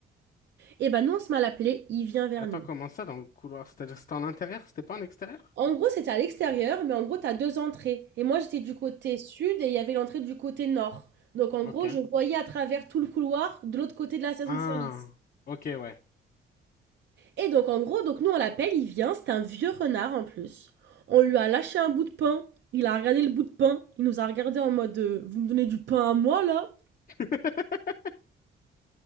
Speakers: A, on the right; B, on the left.
A: Et ben, nous, on se met à l'appeler, il vient vers
B: Attends,
A: nous.
B: comment ça dans le couloir? C'est-à-dire, c'était en intérieur, c'était pas en extérieur?
A: En gros, c'était à l'extérieur, mais en gros, tu as deux entrées. Et moi, j'étais du côté sud et il y avait l'entrée du côté nord. Donc, en
B: Ok.
A: gros, je voyais à travers tout le couloir de l'autre côté de la station
B: Ah,
A: de service.
B: ok, ouais.
A: Et donc, en gros, donc nous, on l'appelle, il vient, C'est un vieux renard en plus. On lui a lâché un bout de pain. Il a regardé le bout de pain. Il nous a regardé en mode euh, Vous me donnez du pain à moi, là
B: <laughs>